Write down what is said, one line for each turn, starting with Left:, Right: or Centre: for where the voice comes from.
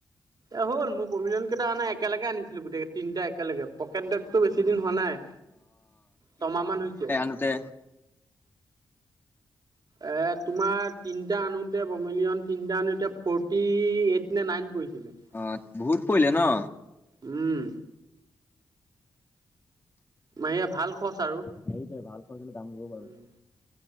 Right: এ হ'ল মোৰ প্ৰভিজনকেইটা অনা, একেলগে আনিছিলো গোটেকেইটা, তিনিটা একেলগে। পকেট বেগটো বেছি দিন হোৱা নাই। ছমাহ মান হৈছে।
Left: নুঠে
Right: এ তোমাৰ তিনিটা আনোতে, পমিলিয়ন তিনিটা আনোতে ফৰ্টি-এইট নে নাইন পৰিছিলে।
Left: অ' বহুত পৰিলে ন?
Right: উম। মায়া, ভাল খৰচ আৰু!
Left: সেইটোৱে, ভাল কৈ পেনি দাম ল'ব বাৰু!
Right: উম।